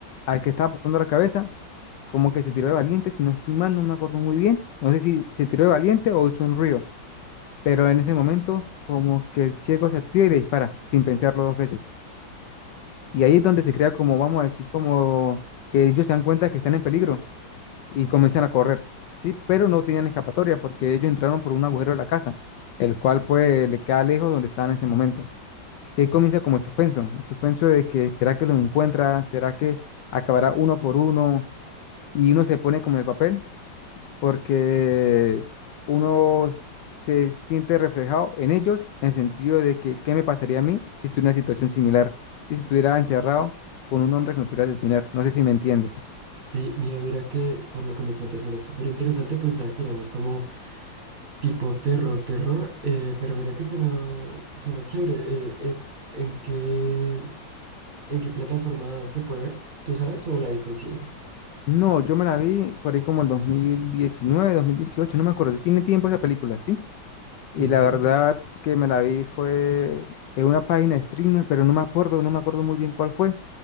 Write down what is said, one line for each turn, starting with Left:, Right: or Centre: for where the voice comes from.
Left: al que estaba apuntando la cabeza, como que se tiró de valiente, si no estoy mal, no me acuerdo muy bien. No sé si se tiró de valiente o hizo un río, pero en ese momento como que el ciego se activa y le dispara sin pensarlo dos veces. Y ahí es donde se crea como, vamos a decir, como que ellos se dan cuenta que están en peligro y comienzan a correr, ¿sí? Pero no tenían escapatoria porque ellos entraron por un agujero de la casa, el cual pues le queda lejos donde estaban en ese momento. Sí, ahí comienza como el suspenso, el suspenso de que será que los encuentra, será que acabará uno por uno y uno se pone como en el papel porque uno se siente reflejado en ellos en el sentido de que qué me pasaría a mí si estuviera en una situación similar, si estuviera encerrado con un hombre que me pudiera asesinar. No sé si me entiendes.
Right: Sí, mira, mira que por lo que me cuentas suena súper interesante. Pensaba que era más como tipo terror, terror. eh, pero mira que suena, suena chévere. eh, eh, ¿en qué? ¿En qué plataforma se puede ver? ¿Tú sabes o la viste en cines?
Left: No, yo me la vi por ahí como el 2019, 2018, no me acuerdo. Tiene tiempo esa película, ¿sí? Y
Right: Ujú,
Left: la verdad que me la vi fue en una página de streamer, pero no me acuerdo, no me acuerdo muy bien cuál fue.